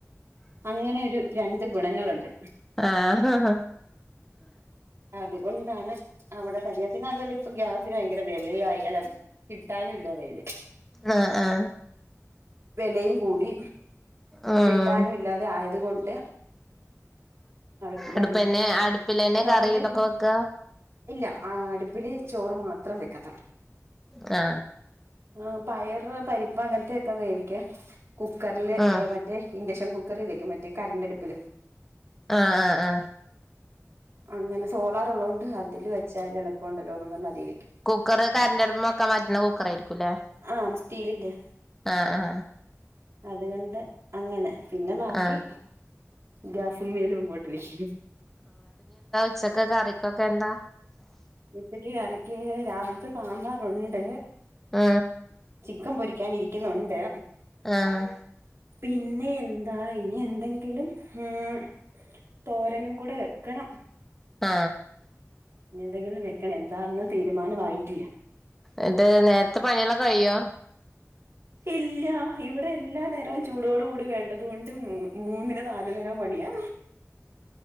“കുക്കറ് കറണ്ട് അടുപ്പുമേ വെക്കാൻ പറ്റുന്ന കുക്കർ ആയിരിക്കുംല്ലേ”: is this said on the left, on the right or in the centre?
Centre